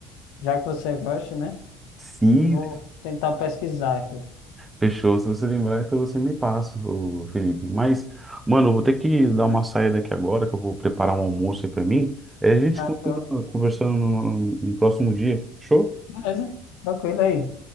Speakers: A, on the left; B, on the right.
A: já que você gosta, né?
B: Sim,
A: Vou tentar pesquisar aqui.
B: fechou. Se você lembrar, então você me passa, ô Felipe. Mas, mano, eu vou ter que dar uma saída aqui agora, que eu vou preparar um almoço aí pra mim. Aí a gente
A: Ah,
B: continua
A: show.
B: conversando no, no no próximo dia. Fechou?
A: Beleza, tranquilo aí.